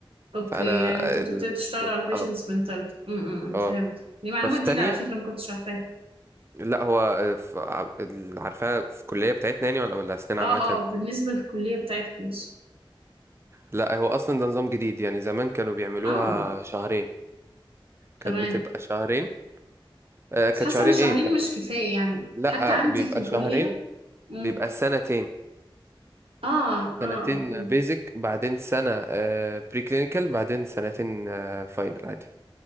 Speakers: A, on the right (about 90°); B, on the right (about 30°).
A: اوكي
B: فانا
A: يعني انت بتبتدي
B: ال-
A: تشتغل على البيشنتس
B: اه
A: منتاليتي امم فهمت
B: اه
A: دي معلومة
B: ففي
A: جديدة
B: تانية
A: على فكرة ما كنتش عارفاها
B: لا هو في- ع- ال- عارفاها في الكلية بتاعتنا يعني ولا ولا أسنان
A: اه
B: عامة
A: اه بالنسبة للكلية بتاعتكم بس
B: لا هو أصلا ده نظام جديد يعني زمان كانوا بيعملوها
A: اه
B: شهرين كانت
A: تمام
B: بتبقى شهرين آه كانت
A: بس حاسة
B: شهرين
A: ان شهرين
B: إيه كان
A: مش
B: ب-
A: كفاية يعني
B: لا
A: حتى عندي
B: بيبقى
A: في الكلية
B: شهرين
A: امم
B: بيبقى سنتين
A: اه
B: سنتين
A: اه اوكي
B: بيزك بعدين سنة آه بري كلينيكال بعدين سنتين آه فاينل عادي